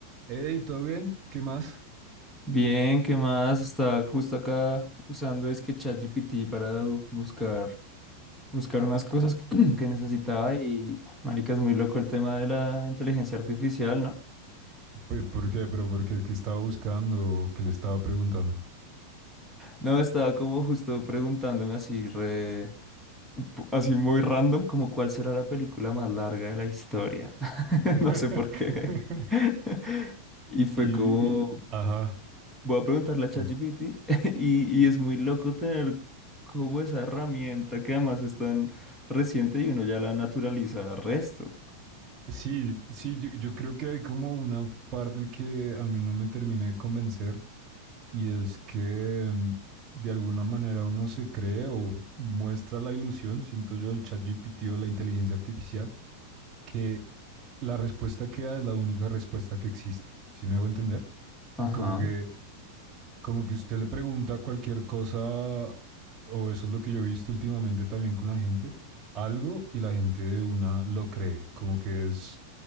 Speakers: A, on the right; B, in the centre.
A: Hey, ¿todo bien? ¿Qué más?
B: Bien, ¿qué más? Está justo acá usando es que ChatGPT para bu- buscar, buscar unas cosas que, <clears throat> que necesitaba y marica, es muy loco el tema de la inteligencia artificial, ¿no?
A: Pe- ¿Por qué? ¿Pero por qué? ¿Qué estaba buscando? ¿Qué le estaba preguntando?
B: No, estaba como justo preguntándome así re, pu- así muy random, como cuál será la película más larga de la historia. <laughs>
A: <laughs>
B: No sé por qué. <laughs> Y fue
A: Y,
B: como,
A: y- ajá,
B: Voy a preguntarle a ChatGPT
A: sí.
B: <laughs> y, y es muy loco tener como esa herramienta que además es tan reciente y uno ya la naturaliza resto.
A: Sí, sí, yo, yo creo que hay como una parte que a mí no me terminé de convencer y es que mm, de alguna manera uno se cree o muestra la ilusión, siento yo, el chat GPT o la inteligencia artificial, que la respuesta que da es la única respuesta que existe. ¿Sí me hago entender?
B: Ajá.
A: Como que Como que usted le pregunta cualquier cosa, o eso es lo que yo he visto últimamente también con la gente, algo y la gente de una lo cree, como que es,